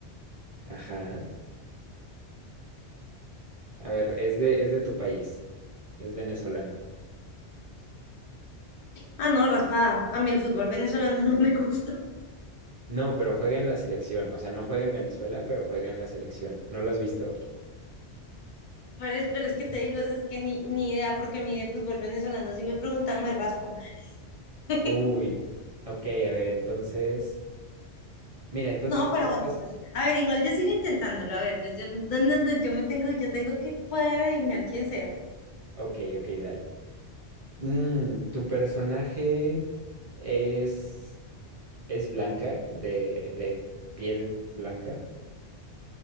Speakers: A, on the right (about 55°); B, on the left (about 50°).
A: Ajá. A ver, es de, es de tu país. Es venezolano.
B: Ah, no, raspada. A mí el fútbol venezolano <laughs> no me gusta.
A: No, pero juega en la selección. O sea, no juega en Venezuela, pero juega en la selección. ¿No lo has visto?
B: Pero es, pero es que te digo, es es que ni, ni idea, porque a mí de fútbol venezolano, si me preguntan, me raspan. <laughs>
A: Uy. Ok, a ver, entonces. Mira, entonces
B: No, pero
A: tú no
B: bueno,
A: vas.
B: pues, a ver, igual yo sigo intentándolo. A ver, yo, yo, no, no, no, yo me tengo, yo tengo que poder adivinar quién sea.
A: Ok, ok, dale. Mm, ¿tu personaje es, es blanca, de, de piel blanca?